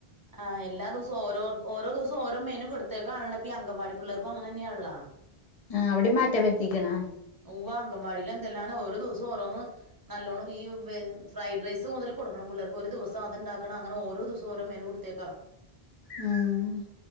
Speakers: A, on the right; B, on the left.
A: ആ എല്ലാ ദിവസോം ഓരോ ഓരോ ദിവസം ഓരോ മെനു കൊടുത്തേക്കാണലോ അങ്കവാടി പിള്ളേർക്കും അങ്ങനെന്നെ ആണലോ
B: ആഹ് അവടേം മാറ്റം വരുത്തിക്കണ
A: ഉവ്വാ അങ്കൻവാടിൽ എന്തല്ലാ ഓരോ ദിവസോം ഓരോന്ന് നല്ലോണ്ണം ഈ ഫ്രൈഡ് റൈസ് മുതൽ കൊടുക്കണം പിള്ളേർക്ക് ഒരു ദിവസം അത്ണ്ടാക്കണം അങ്ങനെ ഓരോ ദിവ സോം ഓരോ മെനു കൊടുത്തേക്കാ
B: ഉം